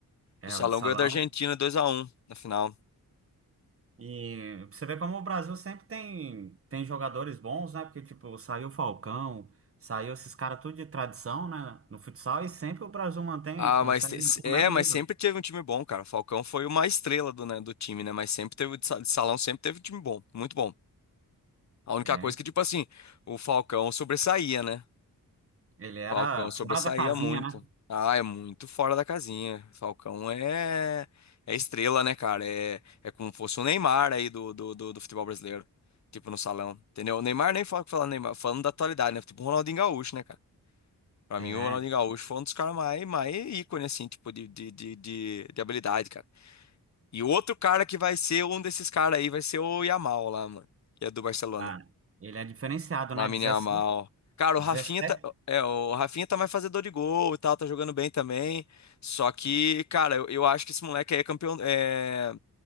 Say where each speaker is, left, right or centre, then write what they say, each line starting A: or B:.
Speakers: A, on the right; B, on the left.
A: É,
B: O Salão
A: o de salão.
B: ganhou da Argentina dois a um na final.
A: E você vê como o Brasil sempre tem, tem jogadores bons, né? Porque, tipo, saiu o Falcão, saiu esses caras tudo de tradição, né, no futsal e sempre o Brasil mantém,
B: Ah,
A: consegue
B: mas te-
A: manter
B: é,
A: o mesmo
B: mas
A: nível.
B: sempre teve um time bom, cara. O Falcão foi uma estrela do, né, do time, né? Mas sempre teve, o de sa- de Salão sempre teve um time bom, muito bom. A única
A: É,
B: coisa que, tipo assim, o Falcão sobressaía, né?
A: ele era
B: Falcão sobressaía
A: fora da casinha,
B: muito.
A: né?
B: Ah, é muito fora da casinha. Falcão é, é estrela, né, cara? É, é como fosse o Neymar aí do, do, do, do futebol brasileiro. Tipo, no salão. Entendeu? O Neymar nem fala falando Neymar, falando da atualidade, né? Tipo o Ronaldinho Gaúcho, né, cara? Pra
A: É,
B: mim, o Ronaldinho Gaúcho foi um dos caras mais, mais ícone, assim, tipo, de, de, de, de, de habilidade, cara. E outro cara que vai ser um desses caras aí vai ser o Yamal lá, mano. Que é do Barcelona.
A: ah, ele é diferenciado,
B: Lamine
A: né? 17?
B: Yamal. Cara,
A: 17,
B: o Rafinha tá, é, o Rafinha tá mais fazedor de gol e tal, tá jogando bem também. Só que, cara, eu, eu acho que esse moleque aí é campeão, é,